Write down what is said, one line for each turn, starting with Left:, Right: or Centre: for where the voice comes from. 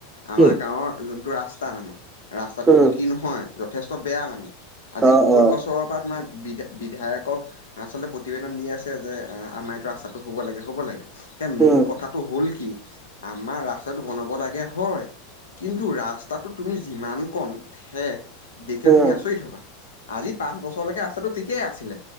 Left: আমাৰ
Right: কি?
Left: গাঁওৰ জোনটো ৰাস্তা মানে, ৰাস্তাটো
Right: উম,
Left: কি নহয় যথেষ্ট বেয়া মানে আজি
Right: অ',
Left: বহুত
Right: অ',
Left: বছৰৰ পৰা তোমাৰ বিদ বিধায়কক আচলতে প্ৰতিবেদন দি আছে যে আমাৰ এইটো ৰাস্তাটো হব লাগে, হ'ব লাগে। এতিয়া
Right: উম,
Left: মূল কথাটো হ'ল কি আমাৰ ৰাস্তাটো বনাব লাগে হয়। কিন্তু ৰাস্তাটো তুমি যিমান কণ থেক দেখিলে
Right: উম,
Left: তুমি আছৰিত হবা আজি পাঁচ বছৰলৈকে ৰাস্তাটো ঠিকেই আছিলে।